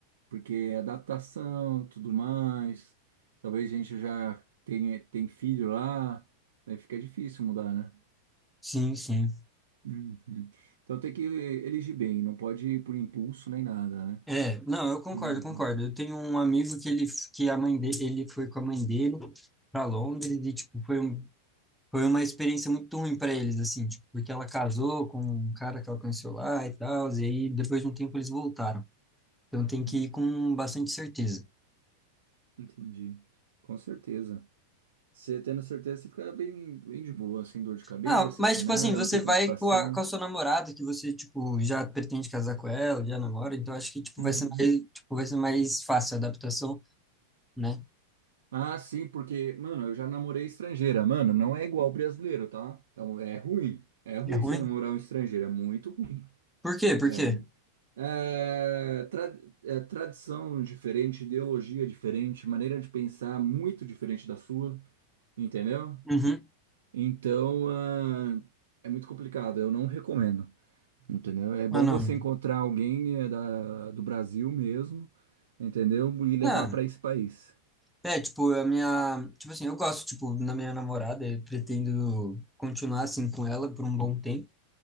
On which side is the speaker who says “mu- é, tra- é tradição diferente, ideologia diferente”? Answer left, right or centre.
Right